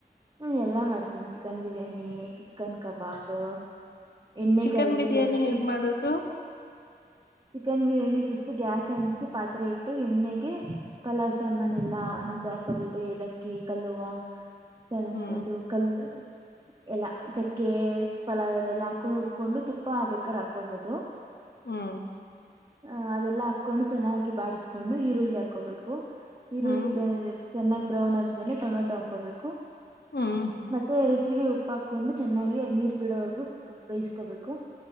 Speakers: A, on the right; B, on the left.
A: ನಾ ಎಲ್ಲಾ ಮಾಡ್ತೀನಿ ಚಿಕನ್ ಬಿರಿಯಾನಿ ಚಿಕನ್ ಕಬಾಬು. ಎ್ಣ
B: ಚಿಕನ್
A: ಕಾಯಿ
B: ಬಿರಿಯಾನಿ
A: ರೊಟ್ಟಿ.
B: ಹೇಗ್ ಮಾಡೋದು
A: ಚಿಕನ್ ಬಿರಿಯಾನಿ ಫಸ್ಟ್ ಗ್ಯಾಸ್ ಅಂಸಿ ಪಾತ್ರೆ ಇಟ್ಟು ಎಣ್ಣೆಗೆ ಪಲಾವ್ ಸಾಮಾನ್ ಎಲ್ಲಾ ಅವ. ಂದೆ ಹಾಕೋಬೇಕು ಏಲಕ್ಕಿ ಕಲ್ಲುವ ಸ
B: ಹ್ಮ್
A: ಇದು ಕಲ್ಲ. ಎಲ್ಲಾ ಚಕ್ಕೆ ಪಲಾವ್ ಎಲ್ಲ ಎಲ್ಲಾ ಹಾಕೊಂಡು ಹುರ್ಕೊಂಡು ತುಪ್ಪ ಬೇಕಾರ ಹಾಕೊಬಹುದು.
B: ಹ್ಮ್
A: ಹ ಅದೆಲ್ಲಾ ಹಾಕ್ಕೊಂಡು ಚೆನ್ನಾಗಿ ಬಾಿಸ್ಕೊಂಡು ಈರುಳ್ಳಿ ಹಾಕೋಬೇಕು ಈರುಳ್ಳಿ
B: ಹ್ಮ್
A: ಬೆ ಚೆನ್ನಾಗ್ ಬ್ರೌನ್ ಆದ್ಮೇಲೆ ಟೊಮೆಟೊ ಹಾಕೋಬೇಕು
B: ಹ್ಮ್
A: ಮತ್ತೆ ರುಚಿಗೆ ಉಪ್ಪು ಹಾಕೊಂಡು ಚೆನ್ನಾಗಿ ಅದ್ ನೀರು ಬಿಡೋವರ್ಗೂ ಬೇಯಿಸಕೋಬೇಕು